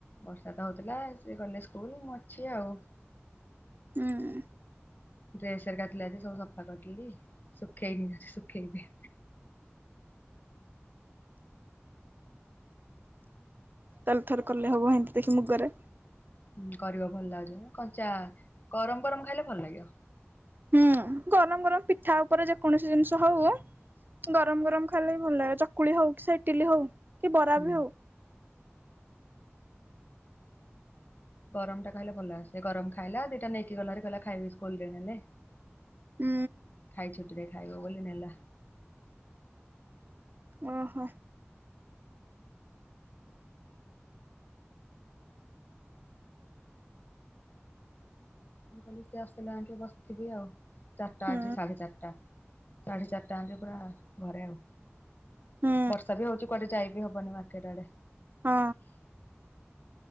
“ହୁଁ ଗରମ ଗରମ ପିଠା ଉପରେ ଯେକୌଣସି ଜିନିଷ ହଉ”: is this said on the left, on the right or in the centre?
Right